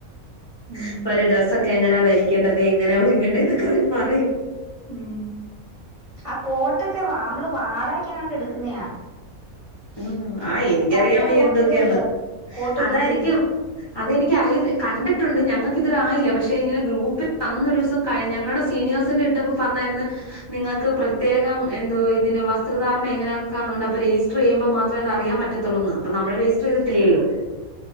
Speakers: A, on the right; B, on the left.
A: ഉം
B: ഇപ്പൊ ഒരു ഡ്രസൊക്കെ എങ്ങനെയ രിക്കേണ്ടത് എങ്ങനാ ഒരുങ്ങേണ്ട എന്നൊക്കെ അവര് പറയും
A: ഉം ആ കോട്ടൊക്കെ വമ്പള് വാടകക്കെങ്ങാണ്ട് എടുക്കുന്നയാ
B: മ്മ് ആഹ് എനിക്കറിയാൻ
A: കറുത്ത
B: വയ്യ
A: കോട്ടിടുവല്ലോ
B: എന്തൊക്കെയന്ന്
A: കോട്ടും
B: അതായിരിക്കും
A: തൊപ്പിയും
B: അതെനിക്കറിയി കണ്ടിട്ടുണ്ട് ഞങ്ങൾക്കിതുവരെയായില്ല പക്ഷെ ഇങ്ങനെ ഗ്രൂപ്പിൽന്നൊ ദിവസം കഴി ഞങ്ങളുടെ സീനിയേഴ്സിന്റെ ഇട്ടപ്പോൾ പറഞ്ഞായിരുന്നു നിങ്ങൾക്ക് പ്രത്യേകം എന്തോ ഇതിന്റെ വസ്ത്രധാരണം എങ്ങനെയ ആക്കൊണ്ട് അപ്പോ രജിസ്റ്റർ രജിസ്റ്റർ ചെയ്യുമ്പോ മാത്രമേ അറിയാൻ പറ്റത്തുള്ളന്ന് അപ്പൊ നമ്മള് രജിസ്റ്റർ ചെയ്തിട്ടില്ലല്ലോ